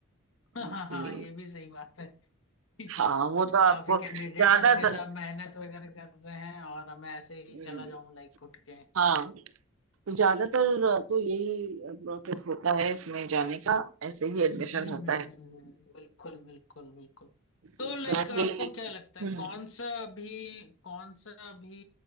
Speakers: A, on the right; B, on the left.
A: कि
B: हाँ हाँ हाँ ये भी सही बात है <laughs> कि
A: हाँ वो तो आपको
B: काफी कैंडिडेट्स
A: ज्यादातर
B: वगैरह मेहनत वगैरह कर रहे हैं और मैं ऐसे
A: हम्म,
B: ही चला जाऊं लाइक उठ के
A: हाँ तो ज्यादातर तो यही प्रोसेस होता है इसमें जाने का ऐसे ही एडमिशन
B: हम्म हम्म,
A: होता
B: हम्म,
A: है
B: हम्म, बिल्कुल बिल्कुल बिल्कुल तो
A: फ्लैट
B: लाइक
A: के
B: आपको
A: लिए नहीं।
B: क्या लगता है
A: हम्म,
B: कौन सा अभी कौन सा अभी